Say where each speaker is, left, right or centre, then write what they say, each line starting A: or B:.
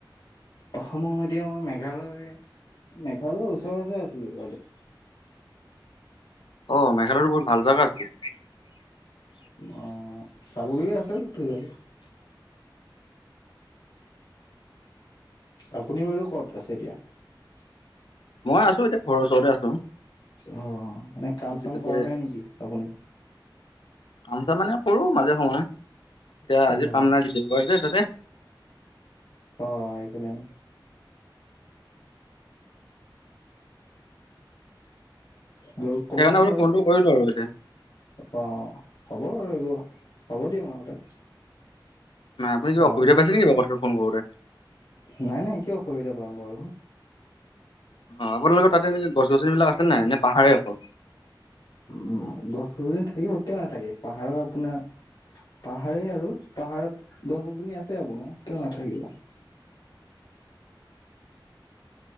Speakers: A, on the left; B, on the left.
A: অসমৰ এতিয়া মই মেঘালয় মেঘ। হ উচৰে পাছৰে আছো কালি
B: অ মেঘালয় বহুত ভাল জাগা আছিল।
A: অ চাবলেগে আছে। চটো যাব আপুনি বাৰু ক'ত আছে এতিয়া। উ <unintelligible>
B: মই আছো এতিয়া ঘৰৰ ওচৰতে আছো।
A: অ মানে কাম
B: আজি
A: চাম
B: তাতে
A: কৰা নাই নেকি আপুনি?
B: কাম চাম মানে কৰোঁ মাজে সময়ে। তেতিয়া আজি
A: অ',
B: কাম নাই দেও বাৰ যে তাতে
A: অ এইকাৰনে ব কবচোন
B: সেইকাৰণে বোলো
A: বাৰু
B: ফোনটো কৰিলো আৰু এতিয়া
A: অ হ'ব বাৰু হ'ব দিয়ক নহলে।
B: নাই আপুনি কিবা
A: অ',
B: অসুবিধা পাইছে নেকি বাও কথা ফোন কৰোঁতে
A: নাই নাই কিয় অসুবিধা পাম বাৰু হ
B: অ আপোনালোকৰ তাতে এনেকে গছ গছনিবিলাক আছে নে নাই? পাহাৰে আছে।
A: উ গছ গছনি থাকিব কিয় নাথাকে পাহাৰৰ আপোনাৰ পাহাৰেই আৰু পাহাৰত গছ গছনি আছে আপোনাৰ কিয় নাথাকিব।